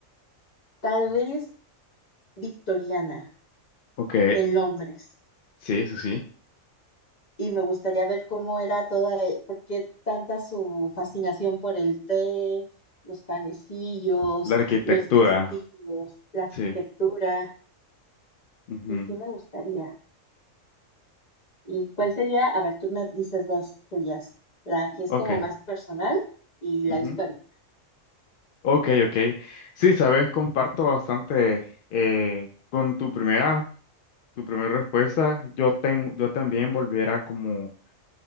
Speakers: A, on the left; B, on the left.
A: tal vez victoriana
B: Ok,
A: en Londres
B: sí, sí, sí.
A: y me gustaría ver cómo era toda, eh, por qué tanta su fascinación por el té, los panecillos,
B: La arquitectura,
A: los vestidos, la arquitectura.
B: sí. ujú,
A: Y sí me gustaría. ¿Y cuál sería? A ver, tú me dices dos tuyas, la que es
B: Ok,
A: como más personal y la
B: ujú,
A: histórica.
B: Ok, ok. Sí, sabes, comparto bastante eh, con tu primera. Tu primera respuesta, yo, ten- yo también volviera como